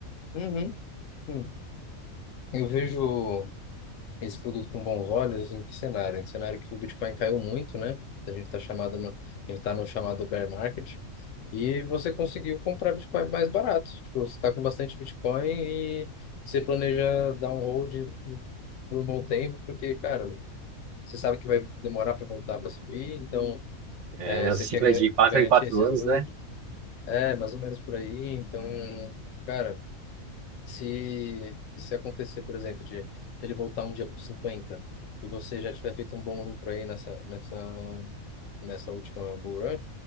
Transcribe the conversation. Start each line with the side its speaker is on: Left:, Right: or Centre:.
Left: uhum, hum. Eu vejo esse produto com bons olhos em que cenário? Em cenário que o Bitcoin caiu muito, né? A gente está chamado no, a gente tá no chamado bear market. E você conseguiu comprar Bitcoin mais barato. Tipo, você está com bastante Bitcoin e você planeja dar um hold por um bom tempo, porque, cara, você sabe que vai demorar para voltar para subir, então
Right: É,
Left: é,
Right: nessa
Left: você
Right: ciclo
Left: quer ga-
Right: é de 4
Left: garantir
Right: em 4
Left: esses
Right: anos,
Left: holds.
Right: né?
Left: É, mais ou menos por aí. Então, cara, se, se acontecer, por exemplo, de ele voltar um dia para 50 e você já tiver feito um bom lucro aí nessa, nessa, nessa última bull run,